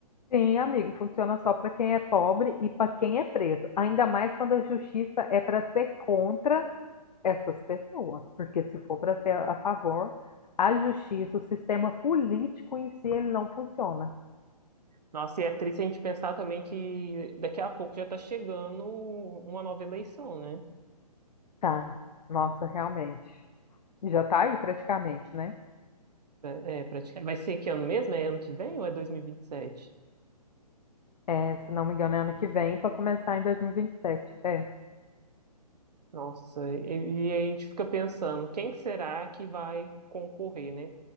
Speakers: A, on the left (about 80°); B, on the right (about 75°).
A: Sim, amigo, funciona só para quem é pobre e para quem é preso. Ainda mais quando a justiça é para ser contra essas pessoas, porque se for para ser a favor, a justiça, o sistema político em si, ele não funciona.
B: Nossa, e é triste a gente pensar também que daqui a pouco já tá chegando uma nova eleição, né?
A: Tá. Nossa, realmente. Já tá aí praticamente, né?
B: É, é, praticamente. Vai ser que ano mesmo? É ano que vem ou é 2027?
A: É, se não me engano, é ano que vem para começar em 2027. É.
B: Nossa, e, e a gente fica pensando, quem que será que vai concorrer, né?